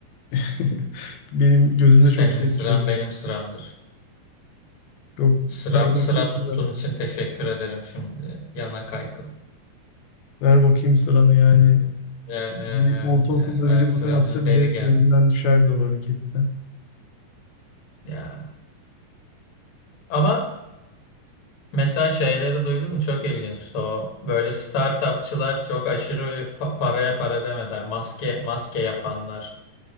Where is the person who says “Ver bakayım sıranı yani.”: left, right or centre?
Left